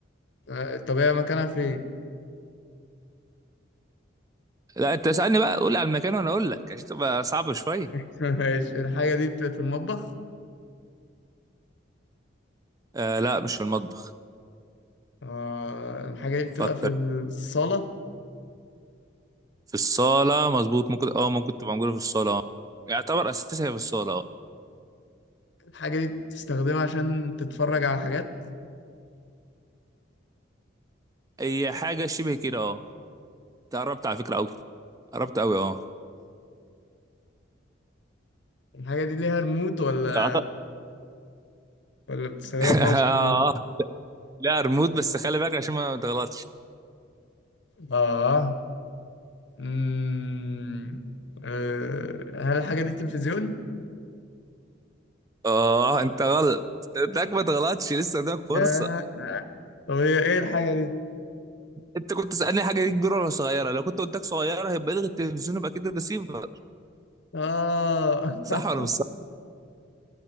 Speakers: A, on the left; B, on the right.
A: آه طب هي مكانها فين؟
B: لا انت اسألني بقى قول لي على المكان وانا اقول لك عشان تبقى صعبة شوية
A: <laughs> ماشي الحاجة دي بتبقى في المطبخ؟
B: آه لا مش في المطبخ
A: آه الحاجة دي بتبقى
B: فكر
A: في الصالة؟
B: في الصالة مظبوط ممكن اه ممكن تبقى موجودة في الصالة اه يعتبر أساسها في الصالة اه
A: الحاجة دي بتستخدمها عشان تتفرج على حاجات؟
B: هي حاجة شبه كده اه قربت على فكرة قوي قربت قوي اه
A: الحاجة دي ليها ريموت ولا
B: أعت-
A: ولا بتستخدمها
B: <laughs>
A: بماوس
B: اه
A: كيبورد؟
B: لا ريموت بس خلي بالك عشان ما ما تغلطش
A: اه مم. آه، هل الحاجة دي تلفزيون؟
B: اه انت غلط انتك ما تغلطش لسه قدامك فرصة
A: ياه طب هي ايه الحاجة دي؟
B: انت كنت تسألني حاجة دي كبيرة ولا صغيرة لو كنت قلت لك صغيرة هيبقى لغي التلفزيون يبقى كده الريسيفر
A: اه <laughs>
B: صح ولا مش صح